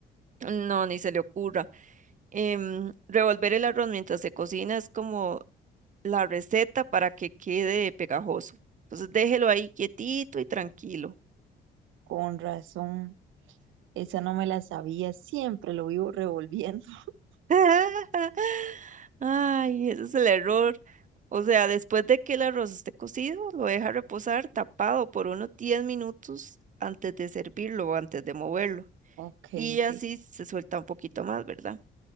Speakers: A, on the right; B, on the right.
A: No, ni se le ocurra. Em, revolver el arroz mientras se cocina es como la receta para que quede pegajoso. Entonces déjelo ahí quietito y tranquilo.
B: Con razón, esa no me la sabía, siempre lo vivo revolviendo. <laughs>
A: <laughs> Ay, ese es el error. O sea, después de que el arroz esté cocido, lo deja reposar tapado por unos 10 minutos antes de servirlo o antes de moverlo.
B: Ok,
A: Y
B: ok.
A: así se suelta un poquito más, ¿verdad?